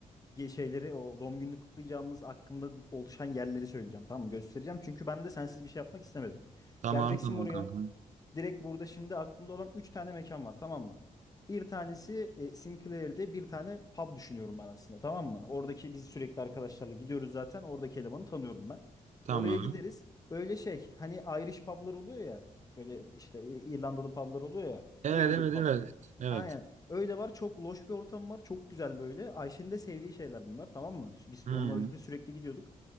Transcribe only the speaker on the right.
tamam
tamam
kanka.
Tamam.
Evet
evet
evet. Evet.
Hmm.